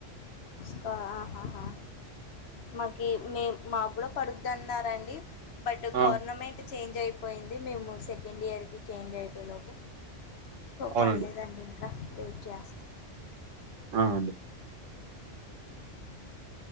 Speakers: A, on the left; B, on the right.
A: స్క ఆహాహా మాకి మే మా కూడా పడుద్ అన్నారండి బట్
B: ఆ!
A: గవర్నమెంట్ చేంజ్ అయిపోయింది మేము సెకండ్ ఇయర్కి చేంజ్ అయిపోయేలోపు సో
B: అవునండి.
A: పడలేదండి ఇంకా వెయిట్ చేస్తున్నా
B: ఆ అండి